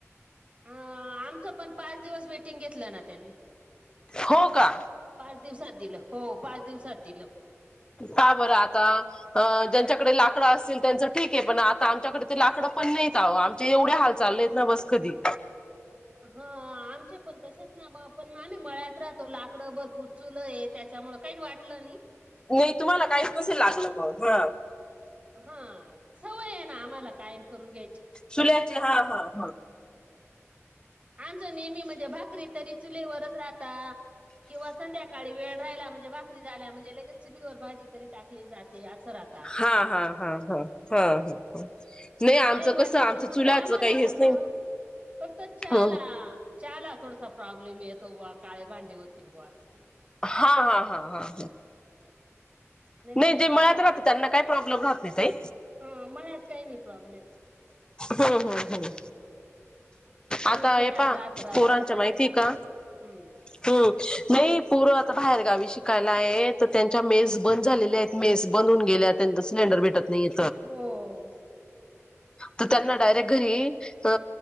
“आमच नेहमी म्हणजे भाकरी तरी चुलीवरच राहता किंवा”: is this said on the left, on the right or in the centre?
Right